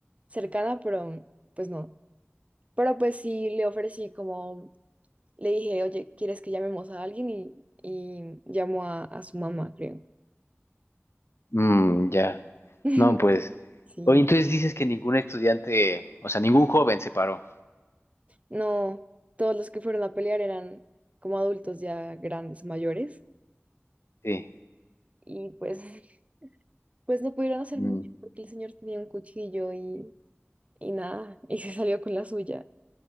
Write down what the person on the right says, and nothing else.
cercana, pero pues no. Pero pues sí le ofrecí como, le dije, oye, ¿quieres que llamemos a alguien? Y, y llamó a, a su mamá, creo.
<laughs>
Sí.
No, todos los que fueron a pelear eran como adultos ya grandes, mayores.
Y pues, <laughs> pues no pudieron hacer
mucho porque el señor tenía un cuchillo y, y nada, y se salió con la suya.